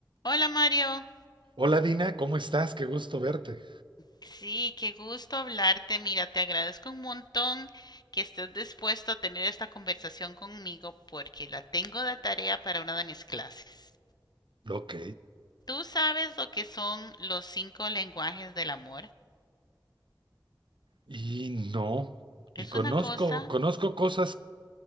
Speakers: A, on the left; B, on the right.
A: Hola Mario,
B: Hola Dina, ¿cómo estás? Qué gusto verte.
A: sí, qué gusto hablarte. Mira, te agradezco un montón que estés dispuesto a tener esta conversación conmigo porque la tengo de tarea para una de mis clases.
B: Ok.
A: ¿Tú sabes lo que son los cinco lenguajes del amor?
B: Y no,
A: Es
B: y conozco,
A: una cosa,
B: conozco cosas